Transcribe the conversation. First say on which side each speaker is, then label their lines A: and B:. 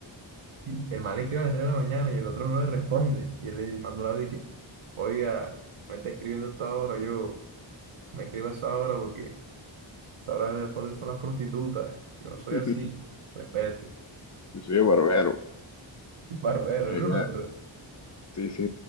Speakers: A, on the right; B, on the left.
A: y el man le escribe a las 3 de la mañana y el otro no le responde. Y él le manda un audio y que, oiga, me está escribiendo hasta ahora, yo me escribo a esa hora porque Sabrá le pones una prostituta. Yo no soy
B: <laughs>
A: así. Respete.
B: Yo soy el barbero.
A: Barbero,
B: A mí
A: ¿eres
B: me
A: barbero?
B: da, sí, sí,